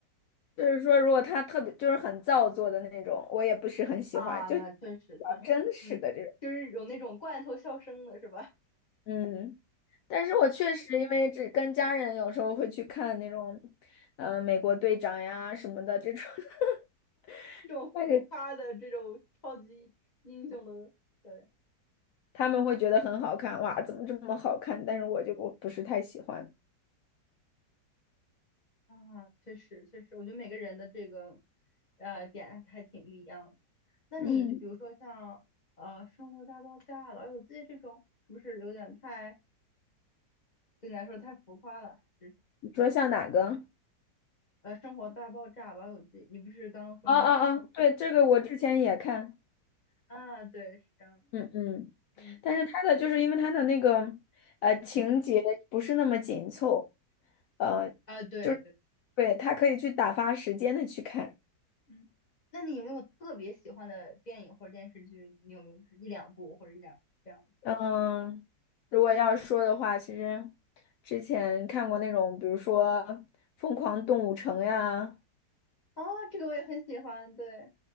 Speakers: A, on the left (about 70°); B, on the left (about 25°).
A: 就是说如果他特别就是很造作的那种，我也不是很喜欢，
B: 啊，
A: 就比
B: 那确实确实，
A: 较真实的这种，
B: 嗯，就是有那种罐头笑声的是吧？
A: 嗯，
B: <laughs>
A: 但是我确实因为只跟家人有时候会去看那种，
B: 对，
A: 呃，美国队长呀什么的这种，<laughs>
B: 这种浮夸的这种超级英雄的，
A: 但是
B: 对，
A: 他们会觉得很好看，哇，怎么这么好看？但是我就不不是太喜欢，
B: 啊，确实确实，我觉得每个人的这个呃点还挺不一样的。那你就比如说像呃《生活大爆炸》哎《老友记》这种，
A: 嗯，
B: 是不是有点太对你来说太浮夸了？还是什么
A: 你说像哪个？
B: 呃《生活大爆炸》哎《老友记》？你不是刚刚说你
A: 啊啊啊！对，这个我之前也看，
B: 对啊？对，是这样的，
A: 嗯嗯，
B: 嗯
A: 但是它的就是因为它的那个呃情节不是那么紧凑，
B: 嗯，
A: 呃，
B: 啊，对对。
A: 就是对，它可以去打发时间的去看。
B: 嗯，那你有没有特别喜欢的电影或者电视剧？你有没有就是一两部或者一两这样子？
A: 嗯，如果要是说的话，其实之前看过那种，比如说《疯狂动物城》呀，
B: 啊，这个我也很喜欢，对，